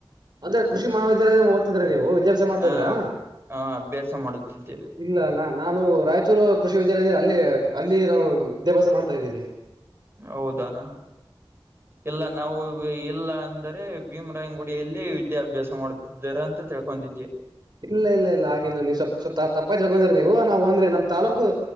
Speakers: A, on the right (about 50°); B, on the right (about 25°).
A: ಅಂದ್ರೆ ಕೃಷಿ ಮಹಾವಿದ್ಯಾಲಯದಲ್ಲಿ ಓದ್ತಿದ್ರಾ ನೀವು. ವಿದ್ಯಾಭ್ಯಾಸ ಮಾಡ್ತಾ
B: ಆ
A: ಇದ್ರಾ,
B: ಆ ಅಭ್ಯಾಸ ಮಾಡುತ್ತಿದ್ದೇವೆ
A: ಇಲ್ಲ ನಾನ್ ನಾನು ರಾಯಚೂರು ಕೃಷಿ ವಿದ್ಯಾಲಯ ಅಲ್ಲಿ, ಅಲ್ಲಿ ನಾವು ವಿದ್ಯಾಭ್ಯಾಸ ಮಾಡ್ತಾ ಇದ್ದೀನಿ.
B: ಹೌದಾನ ಎಲ್ಲ ನಾವು ಎಲ್ಲ <unintelligible> ಆದರೆ ಭೀಮರಾಯನಗುಡಿಯಲ್ಲಿ ವಿದ್ಯಾಭ್ಯಾಸ ಮಾಡುತ್ತಿದ್ದರ ಅಂತ ತಿಳ್ಕೊಂಡಿದೆ.
A: ಇಲ್ಲ, ಇಲ್ಲ, ಇಲ್ಲ ಹಾಗೇನಿಲ್ಲ ನೀವು ಸ್ವಲ್ ಸ್ವಲ್ ತಪ್ಪಾಯ ತಿಳ್ಕೊಂಡಿರಿ ನೀವು. ನಾವು ಅಂದ್ರೆ ನಮ್ ತಾಲ್ಲೂಕು